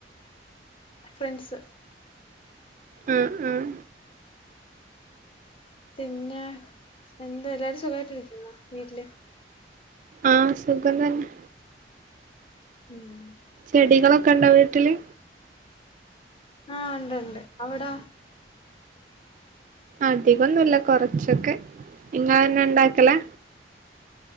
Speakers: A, on the left (about 30°); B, on the right (about 45°).
A: ഫ്രണ്ട്സ്.
B: ഉം-ഉം
A: പിന്നെ എന്താ എല്ലാരും സുഖായിട്ട് ഇരിക്കുന്ന വീട്ടില്?
B: ആഹ് സുഖം തന്നെ.
A: ഉം.
B: ചെടികളൊക്കെ ഉണ്ടോ വീട്ടില്?
A: ആഹ ഉണ്ടുണ്ട്. അവിടൊ?
B: അധികൊന്നല്ല കൊറച്ചൊക്കെ. നിങ്ങ തന്നെ ഇണ്ടാക്കലാ?